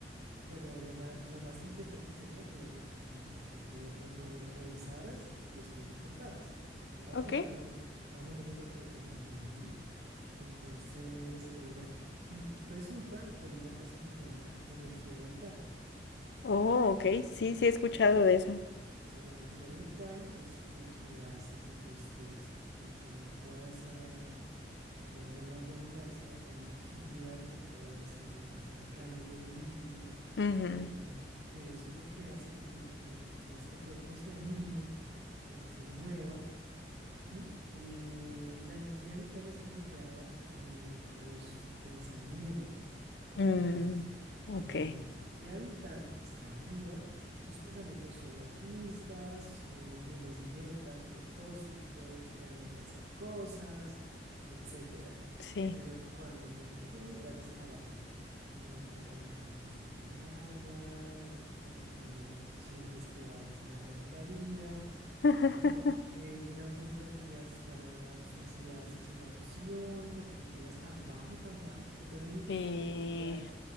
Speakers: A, on the right (about 70°); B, on the left (about 70°).
A: pero lo más, lo más interesante sería que, que, que tú de pronto revisaras y después me contaras. Bueno, te voy
B: ok.
A: a contar un- más o menos lo que, lo que entendí. Entonces, eh, bueno, <clears throat> resulta que hay una cosa que se llama energía vital,
B: Oh, ok, sí, sí he escuchado
A: ¿sí?
B: de eso.
A: Sí, la energía vital es lo que hace que tú estés con, con toda esa, valga la redundancia, energía, con todas esas ganas de vivir,
B: Ujú.
A: que, que es lo que hace que, te, que, que este cuerpo se anime, que se mueva ¿Mm? Y la energía vital está ligada eh, a los pensamientos.
B: Mm,
A: Entonces, cuando
B: ok,
A: la energía vital está arriba, tus pensamientos son optimistas, eh, tienes metas, propósitos, ganas de hacer cosas, etcétera.
B: sí.
A: Pero cuando tu energía vital está abajo, no te dan ganas de hacer nada, como que no sientes que vales nada en la vida
B: <laughs>
A: como que llega un punto en que hasta suicidarse es una opción porque llegas tan bajo, tan bajo, tú permites
B: Sí.
A: que tu energía,